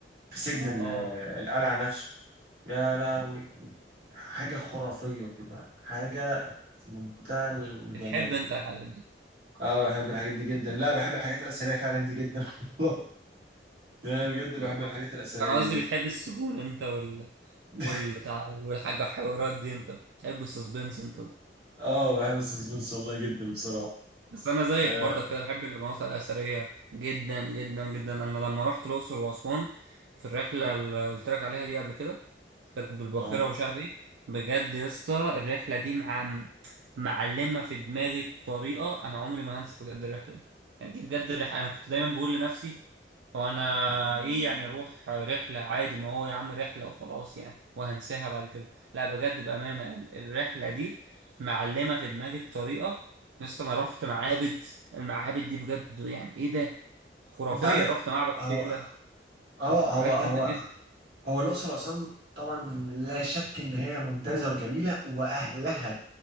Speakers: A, on the right; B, on the right.
A: في سجن
B: اه
A: ال- القلعه نفسه يا لهوي حاجه خرافيه كده حاجه في منتهى الجمال
B: بتحب انت الحاجات دي
A: اه بحب الحاجات دي جدا لا بحب الحاجات الأثرية فعلا دي جدا <laughs> يعني بجد بحب
B: لا
A: الحاجات الأثرية
B: كان قصدي
A: دي
B: بتحب السجون انت وال...
A: <laughs>
B: والتع... والحاجة والحوارات دي انت بتحب السسبنس انت
A: اه بحب السسبنس والله جدا بصراحة
B: بس انا زيك
A: اه
B: برضك كده بحب المناطق الاثريه جدا جدا جدا انا لما رحت الاقصر واسوان في الرحله اللي قلت لك عليها دي قبل كده كانت بالباخره
A: آه.
B: ومش عارف ايه بجد يا اسطى الرحله دي مع معلمه في دماغي بطريقه انا عمري ما هنسى بجد الرحله دي يعني دي بجد الرحله انا كنت دايما بقول لنفسي هو انا ايه يعني اروح رحله عادي ما هو يا عم رحله وخلاص يعني وهنساها بعد كده لا بجد بامانه ال- الرحله دي معلمه في دماغي بطريقه يس انا رحت معابد المعابد دي بجد يعني ايه ده خرافيه
A: انت عارف
B: رحت معبد
A: هو
B: فيلة
A: اه
B: وحاجات
A: هو هو
B: جامده جدا
A: هو الأقصر وأسوان طبعا لا شك إن هي ممتازة وجميلة وأهلها